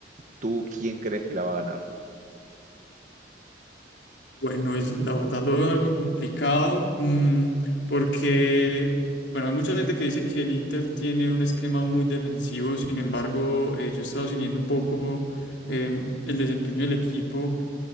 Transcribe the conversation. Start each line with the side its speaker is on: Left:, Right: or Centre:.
Right: ¿Tú quién crees que la va a ganar?
Left: Bueno, es, la verdad lo veo algo complicado, mm, porque, bueno, hay mucha gente que dice que el Inter tiene un esquema muy defensivo, sin embargo, eh, yo he estado siguiendo un poco em, el desempeño del equipo.